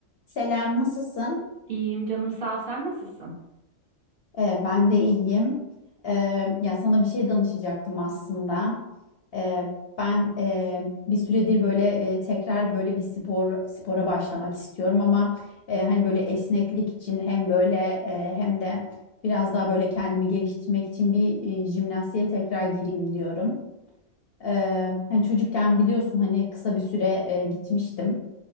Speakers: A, on the left (about 60°); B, on the right (about 50°).
A: Selam, nasılsın?
B: İyiyim canım sağ ol. Sen nasılsın?
A: Ee, ben de iyiyim. Ee, ya sana bir şey danışacaktım aslında. Ee, ben e, bir süredir böyle e, tekrar böyle bir spor spora başlamak istiyorum ama e, hani böyle esneklik için hem böyle e, hem de biraz daha böyle kendimi geliştirmek için bir e, jimnastiğe tekrar gireyim diyorum. Ee, hani çocukken biliyorsun hani kısa bir süre e, gitmiştim.